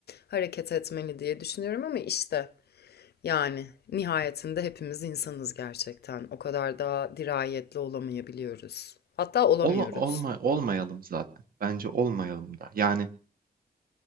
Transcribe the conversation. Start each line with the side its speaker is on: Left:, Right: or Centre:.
Left: hareket etmeli diye düşünüyorum ama işte yani nihayetinde hepimiz insanız gerçekten. O kadar da dirayetli olamayabiliyoruz. Hatta olamıyoruz.
Right: Ol, olma, olmayalım zaten. Bence olmayalım da. Yani